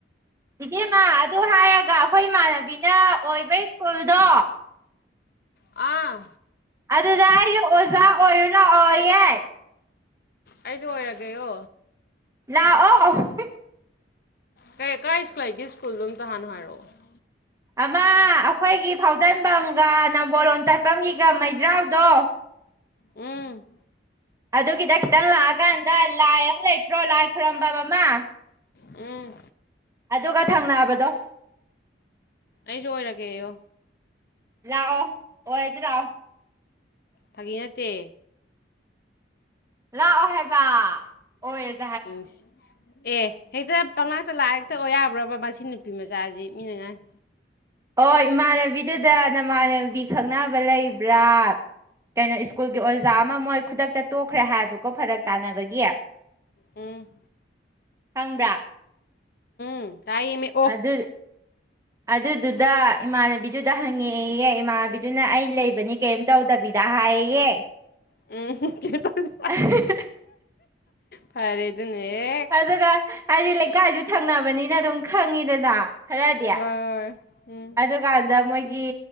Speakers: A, on the right; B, on the left.
A: ꯏꯕꯦꯝꯃ ꯑꯗꯨ ꯍꯥꯏꯔꯒ ꯑꯩꯈꯣꯏ ꯏꯃꯥꯟꯅꯕꯤꯅ ꯑꯣꯏꯕ ꯁ꯭ꯀꯨꯜꯗꯣ
B: ꯑꯥ
A: ꯑꯗꯨꯗ ꯑꯩꯁꯨ ꯑꯣꯖꯥ ꯑꯣꯏꯔꯨ ꯂꯥꯛꯑꯣꯌꯦ
B: ꯑꯩꯁꯨ ꯑꯣꯏꯔꯒꯦꯌꯣ
A: ꯂꯥꯛꯑꯣ
B: ꯀꯩ <unintelligible> ꯂꯩꯒꯦ ꯁ꯭ꯀꯨꯜꯗꯣ ꯑꯝꯇꯍꯥꯟꯅ ꯍꯥꯏꯔꯛꯑꯣ
A: ꯑꯃꯥ ꯑꯩꯈꯣꯏꯒꯤ ꯐꯥꯎꯖꯟꯐꯝꯒ ꯅꯝꯕꯣꯜ ꯂꯣꯝ ꯆꯠꯐꯝꯒꯤꯒ ꯃꯩꯖꯥꯎꯗꯣ
B: ꯎꯝ
A: ꯑꯗꯨꯒꯤꯗ ꯈꯤꯇꯪ ꯂꯥꯛꯑꯀꯥꯟꯗ ꯂꯥꯏ ꯑꯃ ꯂꯩꯇ꯭ꯔꯣ ꯂꯥꯏ ꯈꯨꯔꯝꯐꯝ ꯑꯃ
B: ꯎꯝ
A: ꯑꯗꯨꯒ ꯊꯪꯅꯕꯗꯣ
B: ꯑꯁꯨ ꯑꯣꯏꯔꯒꯦꯌꯣ
A: ꯂꯥꯛꯑꯣ ꯑꯣꯏꯔꯁꯦ ꯂꯥꯛꯑꯣ
B: ꯐꯥꯒꯤ ꯅꯠꯇꯦ
A: ꯂꯥꯛꯑꯣ ꯍꯥꯏꯕ ꯑꯣꯏꯔ
B: ꯏꯁ ꯑꯦ ꯍꯦꯛꯇ ꯄꯪꯂꯥꯛꯇ ꯂꯥꯛꯑ ꯇ ꯑꯣꯏ ꯌꯥꯕ꯭ꯔꯕ ꯃꯁꯤ ꯅꯨꯄꯤ ꯃꯆꯥꯁꯤ ꯃꯤꯅꯉꯥꯡ
A: ꯑꯣ ꯏꯃꯥꯟꯅꯕꯤꯗꯨꯗ ꯅꯃꯥꯟꯅꯕꯤ ꯈꯪꯅꯕ ꯂꯩꯕ꯭ꯔꯥ ꯀꯩꯅꯣ ꯁ꯭ꯀꯨꯜꯒꯤ ꯑꯣꯖꯥ ꯑꯃ ꯃꯣꯏ ꯈꯨꯗꯛꯇ ꯇꯣꯛꯈ꯭ꯔꯦ ꯍꯥꯏꯕꯀꯣ ꯐꯔꯛ ꯇꯥꯅꯕꯒꯤ
B: ꯎꯝ
A: ꯈꯪꯕꯔꯥ
B: ꯎꯝ ꯇꯥꯏꯌꯦꯃꯦ
A: ꯑꯗꯨ ꯑꯗꯨꯗꯨꯗ ꯏꯃꯥꯟꯅꯕꯤꯗꯨꯗ ꯍꯪꯉꯛꯑꯦꯌꯦ ꯏꯃꯥꯟꯅꯕꯤ ꯑꯗꯨꯅ ꯑꯩ ꯂꯩꯕꯅꯤ ꯀꯔꯤꯝ ꯇꯧꯗꯕꯤꯗ ꯍꯥꯏꯌꯦꯌꯦ
B: ꯑꯝ
A: <unintelligible>
B: ꯐꯔꯦ ꯑꯗꯨꯅꯦꯍꯦꯛ
A: ꯑꯗꯨꯒ ꯍꯥꯏꯗꯤ ꯂꯩꯀꯥꯏꯁꯨ ꯊꯪꯅꯕꯅꯤꯅ ꯑꯗꯨꯝ ꯈꯪꯉꯤꯗꯅ ꯈꯔꯗꯤ
B: ꯍꯣꯏ꯫ ꯎꯝ
A: ꯑꯗꯨꯀꯥꯟꯗ ꯃꯣꯏꯒꯤ